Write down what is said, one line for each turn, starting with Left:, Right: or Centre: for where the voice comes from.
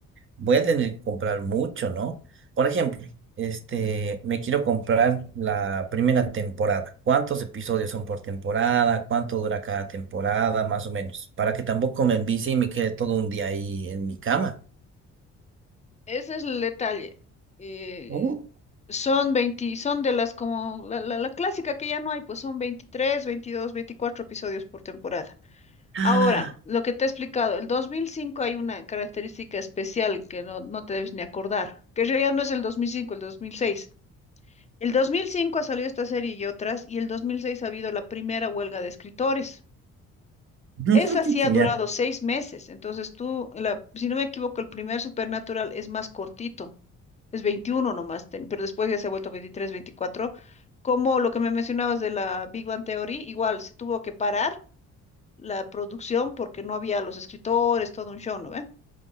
Right: voy a tener que comprar mucho, ¿no? Por ejemplo, este, me quiero comprar la primera temporada. ¿Cuántos episodios son por temporada? ¿Cuánto dura cada temporada? Más o menos, para que tampoco me envicie y me quede todo un día ahí en mi cama.
Left: Ese es el detalle. Eh,
Right: Uh.
Left: son 20, son de las como la, la la clásica que ya no hay, pues son 23, 22, 24 episodios por temporada.
Right: <gasps>
Left: Ahora, lo que te he explicado, el 2005 hay una característica especial que no, no te debes ni acordar, que en realidad no es el 2005, el 2006. El 2005 ha salido esta serie y otras, y el 2006 ha habido la primera huelga de escritores.
Right: <laughs>
Left: Esa sí ha durado
Right: Ya.
Left: seis meses, entonces tú, la- si no me equivoco, el primer Supernatural es más cortito, es 21 nomás, ten- pero después ya se ha vuelto 23, 24. Como lo que me mencionabas de la Big Bang Theory, igual se tuvo que parar la producción porque no había los escritores, todo un show, ¿no ve?